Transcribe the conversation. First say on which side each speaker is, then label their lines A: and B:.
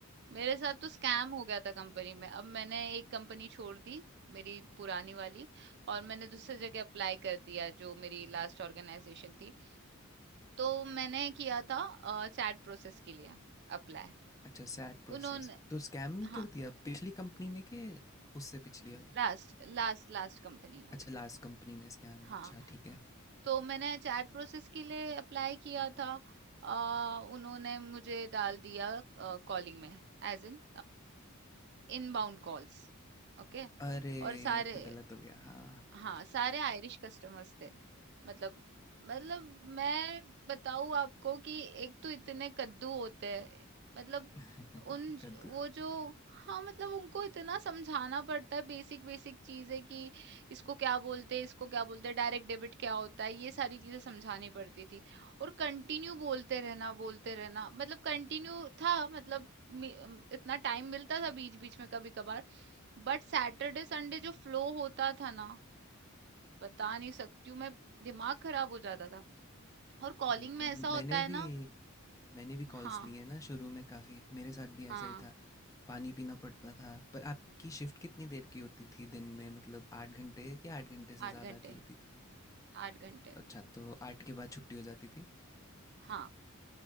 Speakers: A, on the right; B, on the left.
A: मेरे साथ तो स्कैम हो गया था कंपनी में अब मैंने एक कंपनी छोड़ दी मेरी पुरानी वाली और मैंने दूसरी जगह अप्लाई कर दिया जो मेरी लास्ट ऑर्गेनाइजेशन थी तो मैंने किया था चैट प्रोसेस के लिए अप्लाई
B: अच्छा सैड प्रोसेस
A: उन्होंने
B: तो स्कैम
A: हाँ
B: कर दिया पिछली कंपनी ने कि उससे पिछली वाली
A: लास्ट लास्ट लास्ट कंपनी में
B: अच्छा लास्ट कंपनी ने स्कैम
A: हाँ
B: अच्छा ठीक है
A: तो मैंने चैट प्रोसेस के लिए अप्लाई किया था आ, उन्होंने मुझे डाल दिया कॉलिंग में as in inbound calls Okay
B: अरे ये
A: और सारे
B: तो गलत हो गया हाँ
A: हाँ सारे आयरिश कस्टमर्स थे मतलब मतलब मैं बताऊं आपको कि एक तो इतने कद्दू होते हैं मतलब
B: <laughs>
A: उन ज-
B: कद्दू
A: वो जो हाँ मतलब उनको इतना समझाना पड़ता है बेसिक बेसिक चीजें कि इसको क्या बोलते हैं इसको क्या बोलते हैं डायरेक्ट डेबिट क्या होता है ये सारी चीजें समझानी पड़ती थी और कंटिन्यू बोलते रहना बोलते रहना मतलब कंटिन्यू था मतलब मी- अम, इतना टाइम मिलता था बीच बीच में कभी कभार बट सैटरडे संडे जो फ्लो होता था ना बता नहीं सकती हूँ मैं दिमाग खराब हो जाता था और कॉलिंग
B: बिल्कुल
A: में ऐसा होता
B: मैंने
A: है
B: भी
A: ना
B: मैंने भी कॉल्स
A: हाँ
B: लिए ना शुरू में काफ़ी मेरे साथ भी ऐसा
A: हाँ
B: ही था पानी पीना पड़ता था पर आपकी शिफ्ट कितनी देर की होती थी दिन में मतलब आठ घंटे या आठ घंटे से
A: आठ
B: ज़्यादा
A: घंटे
B: की होती थी
A: आठ घंटे
B: अच्छा तो आठ के बाद छुट्टी हो जाती थी
A: हाँ